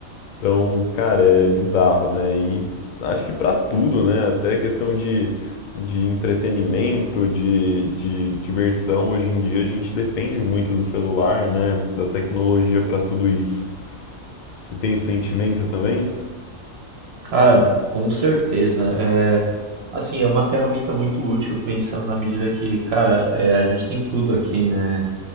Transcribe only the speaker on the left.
Então, cara, é bizarro, né? E acho que para tudo, né? Até questão de, de entretenimento, de, de diversão, hoje em dia a gente depende muito do celular, né? Da tecnologia para tudo isso. Você tem esse sentimento também?